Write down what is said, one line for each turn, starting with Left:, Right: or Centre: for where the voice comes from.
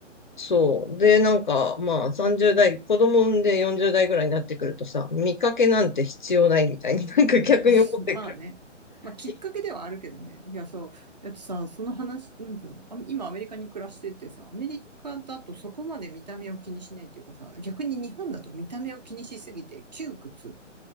Left: そう。で、なんかまあ30代、子供産んで40代ぐらいになってくるとさ、見かけなんて必要ないみたいになんか逆に思ってくる。
Right: <laughs> まあね。まあきっかけではあるけどね。
Left: うん
Right: いや、そう。だってさ、その話、なんつうの、あ今アメリカに暮らしててさ、アメリカだとそこまで見た目を気にしないっていうかさ、逆に日本だと見た目を気にしすぎて窮屈。